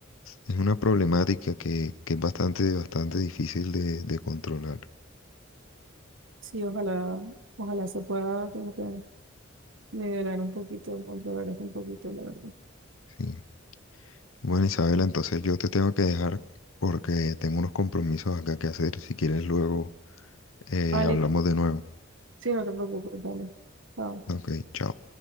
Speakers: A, on the left; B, on the right.
A: Es una problemática que, que es bastante, bastante difícil de, de controlar,
B: sí, ojalá, ojalá se pueda como que nivelar un poquito, controlar eso un poquito, la verdad.
A: sí. Bueno, Isabela, entonces yo te tengo que dejar porque tengo unos compromisos acá que hacer. Si quieres, luego eh,
B: Ali,
A: hablamos de nuevo.
B: sí, no te preocupes, dale. Chao.
A: Ok, chao.